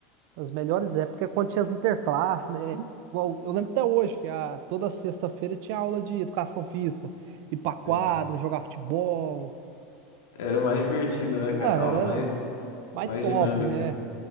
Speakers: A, on the right; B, on the left.
A: As melhores épocas é quando tinha as interclasses, né? Igual, eu lembro até hoje que a, toda sexta-feira tinha aula de educação física. Ir pra
B: Sei.
A: quadra, jogar futebol.
B: Era mais divertida, né, cara?
A: Ah, era
B: A aula mais,
A: mais
B: mais
A: top,
B: dinâmica.
A: né?